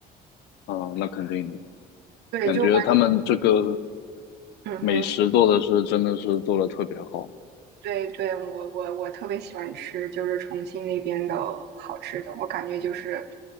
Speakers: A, on the left; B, on the right.
A: 啊，那肯定的，
B: 对，
A: 感觉他们这个
B: 就嗯哼，
A: 美食做的是真的是做的特别好。
B: 对对，我我我特别喜欢吃，就是重庆那边的好吃的。我感觉就是，